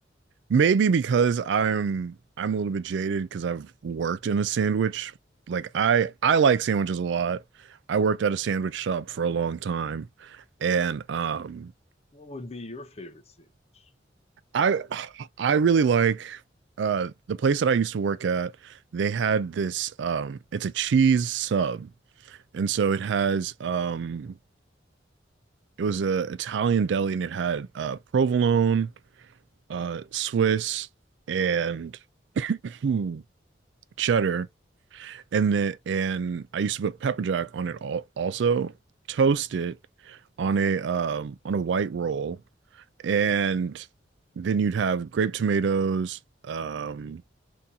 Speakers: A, on the right; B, on the left.
A: Maybe because I'm I'm a little bit jaded because I've worked in a sandwich. Like I I like sandwiches a lot. I worked at a sandwich shop for a long time, and um
B: What would be your favorite sandwich?
A: I I really like uh the place that I used to work at. They had this um it's a cheese sub, and so it has um it was a Italian deli and it had uh provolone, uh Swiss, and <clears throat> cheddar and then and I used to put pepper jack on it all also toast it on a um on a white roll and then you'd have grape tomatoes um